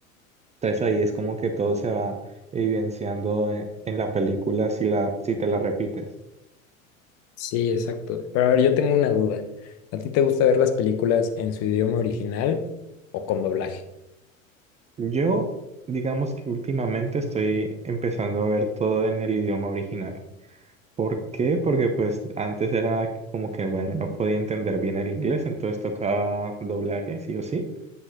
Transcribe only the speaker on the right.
Entonces ahí es como que todo se va evidenciando en, en la película si la, si te la repites.
Yo, digamos que últimamente estoy empezando a ver todo en el idioma original. ¿Por qué? Porque pues antes era como que, bueno, no podía entender bien el inglés, entonces tocaba doblaje, sí o sí,